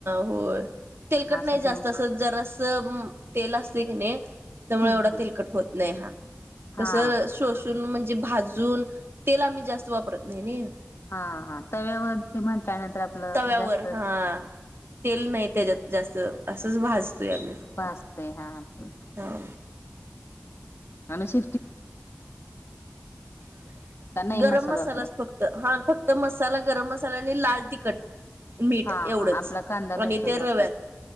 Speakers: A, on the right; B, on the left.
A: होय. तेलकट
B: मासा
A: नाही
B: तेल
A: जास्त, असं जरा अस तेल असते की नाही त्यामुळे
B: हम्म
A: एवढा
B: हम्म
A: तिलकट होत नाही हा.
B: हा.
A: तस शोषून, म्हणजे भाजून, तेल आम्ही जास्त वापरत नाही नई.
B: हा हा, तव्यावरती म्हटल्यानंतर आपलं
A: तव्यावर
B: जास्त
A: हा, तेल नाही त्याच्यात जास्त, असंच भाजत या म फक्त,
B: भाजतय हा आपलं
A: हा.
B: आणि श का नाही
A: गरम
B: मसाला
A: मसालाच
B: वापरत
A: फक्त हा, फक्त मसाला, गरम मसाला, आणि लाल तिखट मीठ
B: हा
A: एवढंच,
B: हा आपला कांदा
A: आणि
B: लसूण
A: त्या रव्यात
B: मसाला